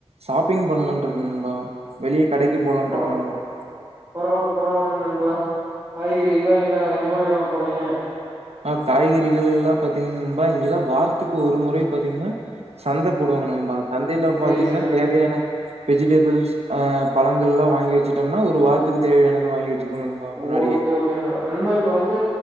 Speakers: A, on the right; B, on the right.
A: ஷாப்பிங் பண்லான்ட்டு இருக்க நண்பா வெளிய கடைக்கு போலான்
B: பரொ
A: இருக்க நண்பா
B: பரவல்லா பரவல்லா நண்பா காய்கறிலா என்ன என்ன மாரி வாங்க போறீங்க
A: ஆஹ் காய்கறிகள்லா பாத்தீங்க நண்பா இங்கல்லா வாரத்துக்கு ஒரு முறை பாத்தீங்ன்னா சந்த போடுவாங்க நண்பா சந்தையில
B: சேரி
A: பாத்தீங்ன்னா
B: சேரி நண்பா
A: தேவையான வெஜிடபிள்ஸ் அஹ் பழங்கள்லா வாங்கி வச்சுட்டோம்னா ஒரு வாரத்துக்கு தேவையானது வாங்கி வச்சுக்கணு நண்பா முன்னாடியே
B: ஓகே ஓகே நண்பா நண்பா இப்ப வந்து